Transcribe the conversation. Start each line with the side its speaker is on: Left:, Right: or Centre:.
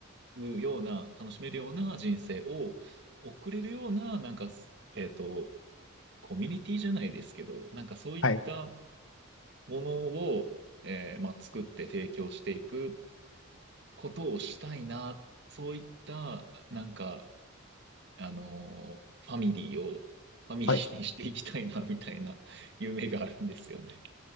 Right: むような、楽しめるような人生を送れるような、なんか、えっと、コミュニティじゃないですけど、なんかそういった
Left: はい。
Right: ものを、えーまあ、作って提供していくことをしたいな、そういった、なんか、あの、ファミリーを、ファミリーにしていきたいな、
Left: はい。
Right: みたいな夢があるんですよね。